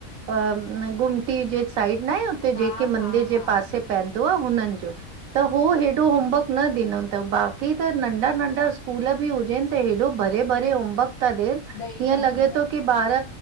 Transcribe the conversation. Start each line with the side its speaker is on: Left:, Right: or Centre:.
Right: अ घुमटी जे साइड न आहे उते
Left: हा
Right: जेके मंदिर
Left: हा
Right: जे
Left: हा
Right: पासे पंएदो आ हुननिजो त हो हेॾो
Left: हा
Right: होमवर्क न ॾिनो तऊं बाक़ी त नंढा-नंढा स्कूलु बि हुजेनि त हेॾो भरे भरे होमवर्क ता ॾेनि।
Left: ॾेई
Right: हिय
Left: था
Right: लॻे
Left: छॾनि
Right: तो की ॿार